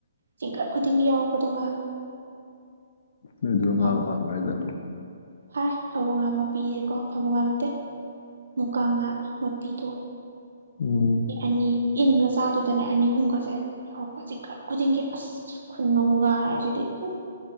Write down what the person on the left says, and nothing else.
ꯅꯣꯏꯗꯨꯅ ꯉꯥꯒ
ꯐꯥꯕ꯭ꯔꯥ ꯍꯥꯏꯁꯦ
ꯎꯝ